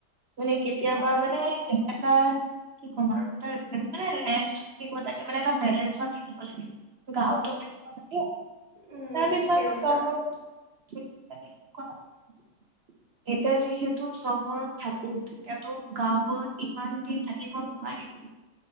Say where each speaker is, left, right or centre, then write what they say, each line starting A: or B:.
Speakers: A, on the right; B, on the right.
A: মানে কেতিয়াবা
B: অ
A: মানে এটা কি ক'ম আৰু এটা মানে ৰেষ্ট দিব লাগে, মানে এটা বেলেঞ্চত থাকিব লাগে। গাঁৱতো থাকিব লাগে,
B: উম
A: তাৰপিছত
B: ঠিকে কৈছা
A: চহৰতো থাকিব লাগে। ক <unintelligible> এতিয়া যিহেতু চহৰত থাকো এতিয়াতো গাঁৱবোৰত ইমান দিন থাকিব নোৱাৰিম।